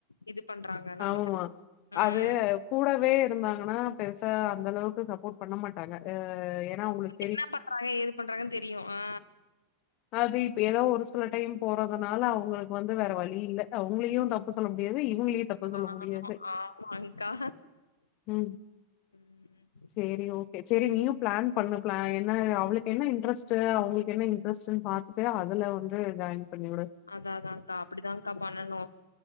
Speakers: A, on the left; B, on the left.
A: இது பண்றாங்க நமக்கு.
B: ஆமா
A: ம்.
B: அது கூடவே இருந்தாங்கன்னா பெருசா அந்த அளவுக்கு சப்போர்ட் பண்ண மாட்டாங்க அ ஏன்னா அவுங்ளுக்கு
A: என்னா பண்றாங்க ஏது பண்றாங்கன் தெரியு ஆ
B: அது இப்ப எதோ ஒரு சில டைம் போறதுனால அவங்களுக்கு வந்து வேற வழி இல்ல அவங்களையு தப்பு சொல்ல முடியாது இவங்களையு தப்பு சொல்ல
A: ஆமா
B: முடியாது
A: ஆமாங்க்கா
B: ம்
A: ம் ம்
B: சேரி ஓகே செரி நீயு ப்ளான் பண்ணு ப்ளா என்ன அவளுக்கு என்ன இன்ட்ரெஸ்ட் அவங்களுக்கு என்ன இன்ரஸ்ட்ட் பாத்துட்டு அதுல வந்து ஜாயின் பண்ணி உடு
A: அதா அதான்கா அப்படிதாங்கா பண்ணனு